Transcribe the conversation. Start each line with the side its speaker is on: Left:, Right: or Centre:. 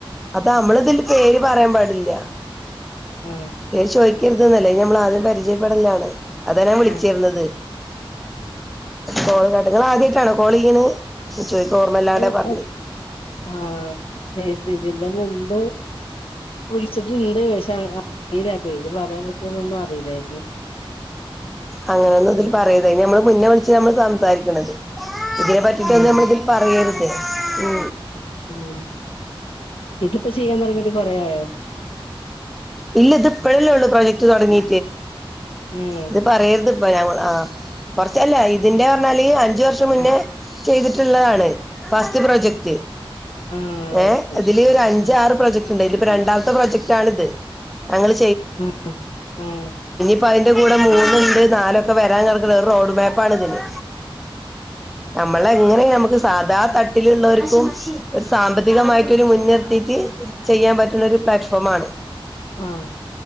Centre: അത നമ്മള ഇതില് പേര് പറയാൻ പാടില്ല
Left: ആ
Centre: പേര് ചോദിക്കരുത് ന്നല്ലേ ഞമ്മൾ ആദ്യം പരിചയപ്പെടലാണ് അതാനാ വിളിച്ചിരുന്നത്
Left: ആ
Centre: കോളിങ്ങാട്ടങ്ങ ആദ്യട്ടാണോ കോളീന് ചോദിക്ക ഓർമ്മല്ലാടെ
Left: അത്
Centre: പറഞ്ഞു
Left: ആ ഇത് ഇതിന്റെ മുമ്പ് വിളിച്ചിട്ടുണ്ട് പക്ഷെ <unintelligible> ഇത് പറയാൻ പറ്റുവന്നൊന്നും അറിയില്ലായിരുന്നു
Centre: അങ്ങനെയൊന്നും അതില്
Left: ഉം.
Centre: പറയര്ത് അതിന നമ്മള് മുന്നെ വിളിച്ച് നമ്മള് സംസാരിക്കണത് ഇതിനെ പറ്റിട്ട
Left: ഉം.
Centre: ഒന്നും നമ്മൾ ഇതിൽ പറയരുത് ഉ
Left: ഉം ഇതിപ്പോ ചെയ്യാൻ തുടങ്ങിയിട്ട് കൊറേ ആയോ
Centre: ഇല്ല ഇത് ഇപ്പഴല്ലേ യുള്ളൂ പ്രോജക്ട് തുടങ്ങി
Left: ഉം.
Centre: ഇത് പറയരുത് ഇപ്പ ഞങ്ങ ആ കുറച്ചല്ല ഇതിന്റെ
Left: ഉം.
Centre: പറഞ്ഞാല് അഞ്ച് വർഷം മുന്നേ
Left: ആ
Centre: ചെയ്തിട്ടുള്ളതാണ് ഫാസ്റ്റ് പ്രോജക്ട്
Left: ആ,
Centre: ഏ
Left: അത് ശരി
Centre: ഇതില് ഒരു അഞ്ച്
Left: ഉം.
Centre: ആറ് പ്രൊജക്ട് ഇണ്ടയ്ല് ഇപ്പോ രണ്ടാമത്തെ പ്രോജക്ട് ആണ് ഇത്. ഞങ്ങള്
Left: ഉം ഏഹ്
Centre: ഇപ്പൊ അയ്ന്റെ കൂടെ മൂന്നുണ്ട് നാലൊക്കെ വരാൻ കടക്ക്ണ്. ഒറു റോഡ് മാപ്പാണ് ഇതിന്. നമ്മളെങ്ങനിം ഞമ്മക്ക് സാദാ തട്ടില്ള്ളോര്ക്കും ഒരു സാമ്പത്തികമായി ട്ടൊര് മുൻനിർത്തീട്ട് ചെയ്യാൻ പറ്റ്ണ ഒരു പ്ലാറ്റ്ഫോമാണ്.
Left: ആ ആ